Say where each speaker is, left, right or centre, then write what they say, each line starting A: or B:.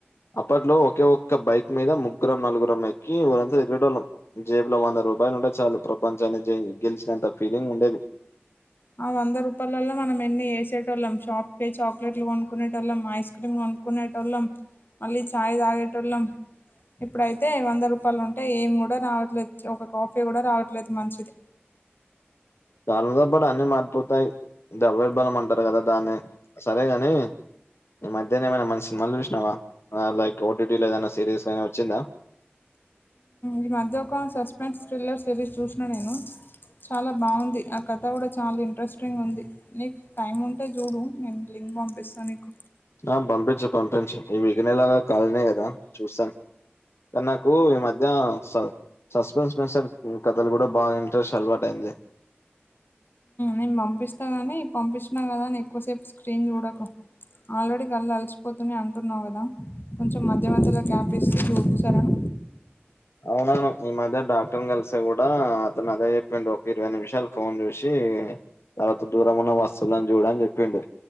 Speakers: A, on the left; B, on the left.
A: అప్పట్లో ఒకే ఒక్క బైక్ మీద ముగ్గురం నలుగురం ఎక్కి ఊరంతా తిరిగేటోల్లం జేబ్లో వంద రూపాయలు ఉంటే చాలు ప్రపంచాన్ని గెలిచినంత ఫీలింగ్ ఉండేది
B: ఆ వంద రూపాయలలో మనం ఎన్ని చేసేటోల్లం షాప్ పే చాక్లెట్లు కొనుకునేటోల్లం ఐస్ క్రీమ్ కొ అనుకునేటోళ్ళం మళ్ళీ చాయ్ తాగేటోళ్ళం ఇప్పుడైతే వంద రూపాయలు ఉంటే ఏమి కూడ రావట్లేదు ఒక కాఫీ కూడ రావట్లేదు మంచి
A: <unintelligible> అన్ని మారిపోతాయి <unintelligible> అవే బలం అంటారు కదా దాన్ని సరేగాని ఈ మధ్యనే ఏమైనా మంచి సినిమాలు చూసినావా లైక్ ఓటీటీలో గన ఏదన సిరీస్ వచ్చిందా
B: ఈ మధ్య ఒక సస్పెన్స్ థ్రిల్లర్ సిరీస్ చూసిన నేను చాల బాగుంది ఆ కథ కూడ చాలా ఇంట్రెస్టింగ్ ఉంది నీకు టైమ్ ఉంటే చూడు నేను లి పంపిస్త నీకు
A: ఆ పంపించు పంపించు ఇ వీక్ నేను కాలినే కదా చూస్త కన్నాకు ఈ మధ్య స సస్పెన్స్ <unintelligible> కథలు కూడ బాగ ఇంట్రెస్ట్ చాల అలవాటైంది
B: నేను పంపిస్తా కానీ పంపిస్తున కదా అని ఎక్కువసేపు స్క్రీన్ చూడకు ఆల్రెడీ కళ్ళు అలసిపోతునే అంటున్నావు కదా కొంచెం మధ్య మధలో గ్యాప్ ఇస్తూ చుడు ఒకే న
A: అవునవను ఈ మధ్య డాక్టర్ కలిసే కూడ అతను అదే చెప్పిడు ఇరవై నిమిషాలు ఫోన్ జుసి <unintelligible> దూరం ఉన్న వస్తువులను చూడు అని చెప్పిండు